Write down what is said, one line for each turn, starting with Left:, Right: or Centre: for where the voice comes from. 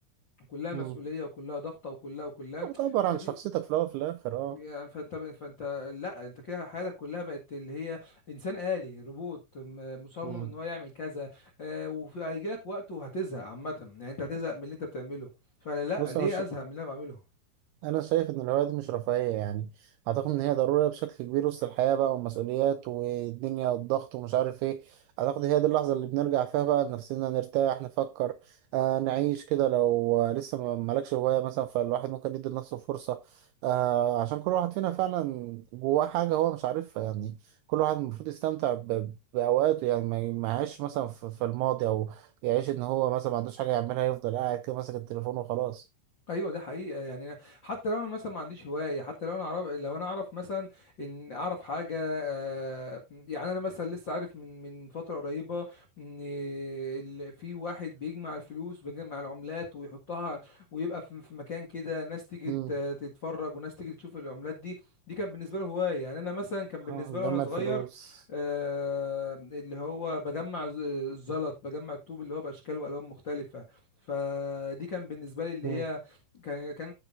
Left: وكلها
Right: مم.
Left: مسؤوليه وكلها ضغطه وكلها وكلها
Right: بتعبر
Left: فدي
Right: عن شخصيتك في الأول وفي الآخر أه
Left: يعني فانت فانت لا انت كده حياتك كلها بقت اللي هي انسان آلي روبوت م- مصمم
Right: مم.
Left: ان هو يعمل كذا آه وهيجي لك وقت وهتزهق عامه يعني انت هتزهق من اللي انت بتعمله فانا لا
Right: بص
Left: ليه
Right: أنا ش...
Left: ازهق من اللي انا بعمله
Right: انا شايف ان الهوايه دي مش رفاهيه يعني اعتقد ان هي ضروريه بشكل كبير وسط الحياه بقى والمسؤوليات والدنيا والضغط ومش عارف ايه اعتقد هي دي اللحظه اللي بنرجع فيها بقى لنفسنا نرتاح نفكر آه نعيش كده لو آه، لسه ما مالكش هوايه مثلا فالواحد ممكن يدي لنفسه فرصه آه عشان كل واحد فينا فعلا جواه حاجه هو مش عارفها يعني كل واحد المفروض يستمتع ب- بأوقاته يعني ما ما يعيش مثلا في في الماضي أو يعيش إن هو مثلا ما عندوش حاجة يعملها يفضل قاعد كده ماسك التليفون وخلاص.
Left: ايوه ده حقيقه يعني أنا- حتى لو انا مثلا ما عنديش هوايه حتى لو انا اعرف لو انا اعرف مثلا ان اعرف حاجه آه، يعني انا مثلا لسه عارف من من فتره قريبه ان ال- في واحد بيجمع الفلوس بيجمع العملات ويحطها ويبقى في في مكان كده ناس تيجي
Right: مم.
Left: ت- تتفرج وناس تيجي تشوف العملات دي دي كان بالنسبه له هوايه يعني انا مثلا كان بالنسبه
Right: اه
Left: لي
Right: جمع
Left: وانا صغير
Right: الفلوس
Left: آه، اللي هو بجمع الز- الزلط بجمع الطوب اللي هو باشكال والوان مختلفه فدي كان بالنسبه لي اللي
Right: مم.
Left: هي كان كان